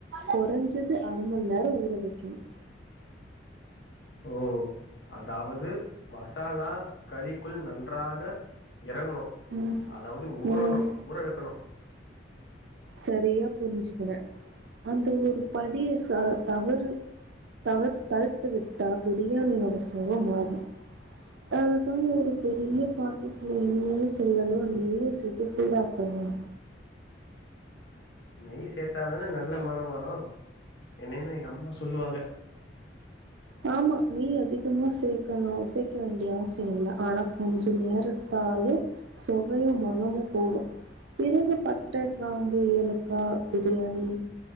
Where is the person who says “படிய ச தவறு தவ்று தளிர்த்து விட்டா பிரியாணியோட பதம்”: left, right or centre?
Right